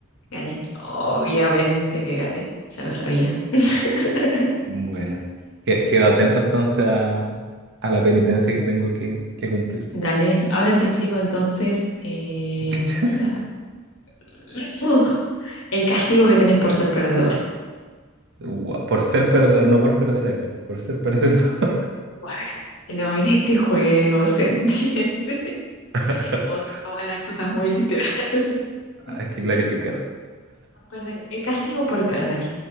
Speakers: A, on the left; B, on the right.
A: gané. Obviamente que gané, ya lo sabía. <laughs>
B: Bueno, que- quedo atento entonces a, a la penitencia que tengo que, que cumplir.
A: Dale, ahora te escribo entonces eh,
B: <laughs>
A: la- <laughs> el castigo que tenés por ser perdedor.
B: Guau, Por ser perdedor, no por perder acá, por ser perdedor.
A: Bueno, no, en este juego se entiende. <laughs>
B: <laughs>
A: Vos te tomas las cosas muy literal. <laughs>
B: Hay que clarificar.
A: Por perder. El castigo por perder.